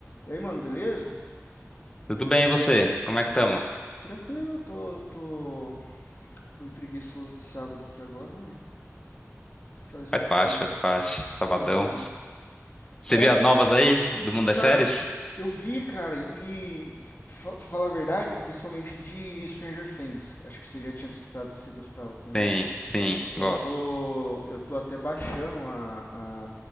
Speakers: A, on the left; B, on the left.
A: E aí, mano, beleza?
B: Tudo bem, e você? Como é que tamo?
A: Tranquilo, tô, tô meio preguiçoso de sábado aqui agora, mas fazer
B: Faz
A: o
B: parte,
A: que, né?
B: faz parte. Sabadão.
A: Então,
B: Você
A: é,
B: viu as novas aí do mundo
A: cara,
B: das séries?
A: eu vi, cara, e fa- pra falar a verdade, principalmente de Stranger Things. Acho que você já tinha citado que você gostava também.
B: Sim, sim,
A: Eu
B: gosto.
A: tô, eu tô até baixando a, a